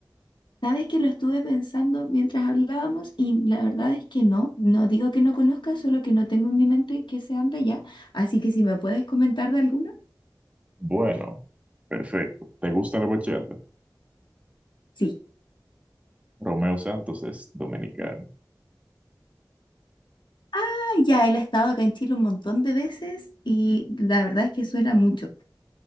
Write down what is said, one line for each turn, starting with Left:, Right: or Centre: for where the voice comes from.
Left: Sabes que lo estuve pensando mientras hablábamos y la verdad es que no, no digo que no conozca, solo que no tengo en mi mente que sean de allá. Así que si me puedes comentar de alguno.
Right: Bueno, perfecto. ¿Te gusta la bachata?
Left: Sí,
Right: Romeo Santos es dominicano
Left: Ah, ya él ha estado acá en Chile un montón de veces y la verdad es que suena mucho.